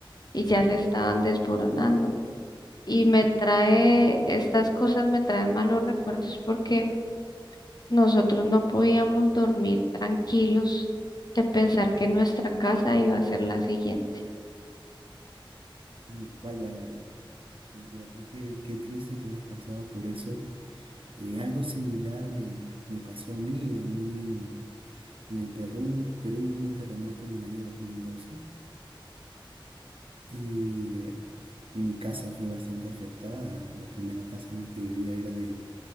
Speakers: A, on the left (about 50°); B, on the right (about 80°).
A: y ya se estaban desboronando. Y me trae, estas cosas me traen malos recuerdos porque nosotros no podíamos dormir tranquilos de pensar que nuestra casa iba a ser la siguiente.
B: Mm, Vaya, eh, de verdad que qué triste que hayas pasado por eso. Eh, algo similar me, me pasó a mí, a mí en, en el Perú, Perú hubo un terremoto en el año 2012 y eh, mi casa fue bastante afectada. Eh, La primera casa en la que vivía era de,